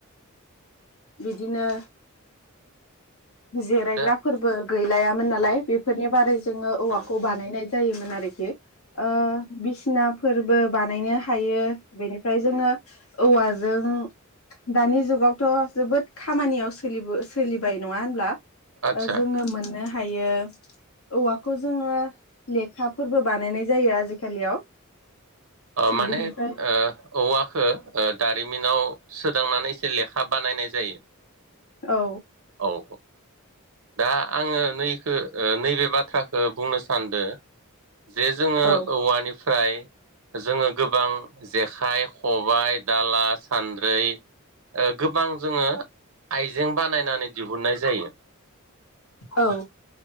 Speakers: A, on the left; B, on the right.
A: बिदिनो जेरायग्राफोरबो
B: दा
A: गैलायामोन नालाय
B: औ
A: बेफोरनि बारै जोङो औवाखौ
B: ओ
A: बानायनाय जायोमोन आरोखि ओ बि सिनाफोरबो बानायनो हायो बेनिफ्राय जोङो औवाजों दानि जुगावथ' जोबोद खामानियाव सोलिबो सोलिबाय नङा होनब्ला
B: आदसा
A: जोङो मोननो हायो औवाखौ जोङो लेखाफोरबो बानायनाय जायो आजिखालियाव।
B: माने
A: बिनिफ्राय
B: औवाखो दारिमिनाव सोदांनानै लेखा बानायनाय जायो।
A: औ
B: औ दा आङो नैखो ओ नैबे बाथ्राखौ बुंनो सानदों जे जोङो
A: औ
B: औवानिफ्राय जोङो गोबां जेखाइ, खबाय, दाला सानद्रै ओ गोबां जोङो आइजें बानायनानै दिहुननाय जायो।
A: औ